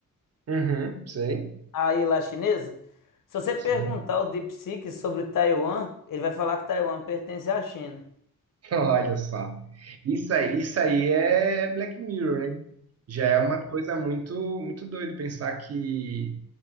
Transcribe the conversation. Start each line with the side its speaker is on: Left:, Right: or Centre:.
Right: Uhum, sei,
Left: aí lá chinesa? Se você perguntar
Right: sim.
Left: ao DeepSeek sobre Taiwan, ele vai falar que Taiwan pertence à China.
Right: Olha só. Isso aí, isso aí é Black Mirror, hein? Já é uma coisa muito, muito doido pensar que